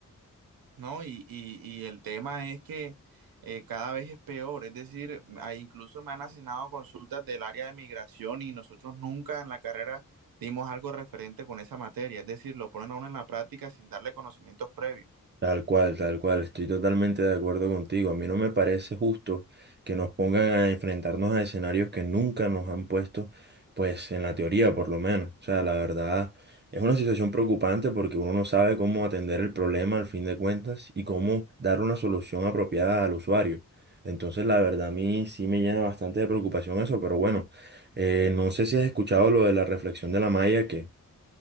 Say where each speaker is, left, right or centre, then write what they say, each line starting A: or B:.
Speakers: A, on the right; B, on the right.
A: ¿No? Y, y- y el tema es que eh, cada vez es peor. Es decir, ah, incluso me han asignado consultas del área de migración y nosotros nunca en la carrera dimos algo referente con esa materia. Es decir, lo ponen a uno en la práctica sin darle conocimientos previos.
B: tal cual, tal cual, estoy totalmente de acuerdo contigo. A mí no me parece justo que nos pongan a enfrentarnos a escenarios que nunca nos han puesto, pues en la teoría por lo menos. O sea, la verdad es una situación preocupante porque uno no sabe cómo atender el problema al fin de cuentas y cómo dar una solución apropiada al usuario. Entonces, la verdad a mí sí me llena bastante de preocupación eso, pero bueno, eh, no sé si has escuchado lo de la reflexión de la malla que